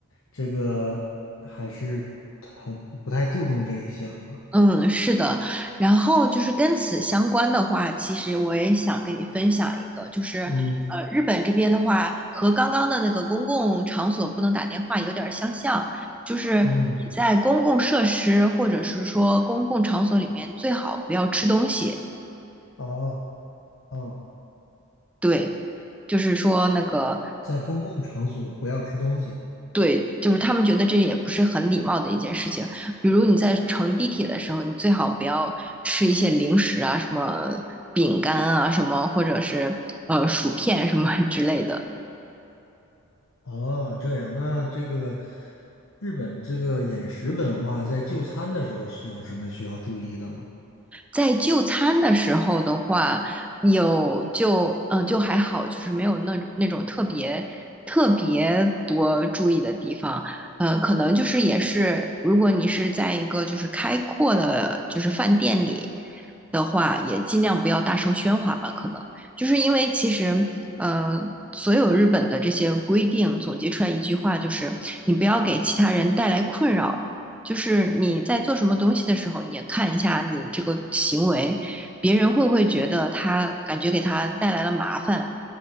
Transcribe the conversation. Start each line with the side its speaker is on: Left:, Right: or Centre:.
Left: 这个还是很不太注重这一项啊。
Centre: 嗯，是的，然后就是跟此相关的话，其实我也想跟你分享一个，就是呃，
Left: 嗯
Centre: 日本这边的话，和刚刚的那个公共场所不能打电话有点儿相像，就是你在公共设施或者是说公共场所里面最好不要吃东西，
Left: 嗯，哦哦，
Centre: 对，就是说那个
Left: 在公共场所不要吃东西。
Centre: 对，就是他们觉得这也不是很礼貌的一件事情。比如你在乘地铁的时候，你最好不要吃一些零食啊，什么饼干啊，什么或者是呃薯片什么 <laughs> 之类的。
Left: 哦，这样，那这个日本这个饮食文化在就餐的时候需有什么需要注意的吗？
Centre: 在就餐的时候的话，有就嗯、呃就还好，就是没有那那种特别特别多注意的地方。呃，可能就是也是，如果你是在一个就是开阔的，就是饭店里的话，也尽量不要大声喧哗吧。可能就是因为其实，呃，所有日本的这些规定总结出来一句话，就是你不要给其他人带来困扰，就是你在做什么东西的时候，你也看一下你这个行为，别人会不会觉得他感觉给他带来了麻烦？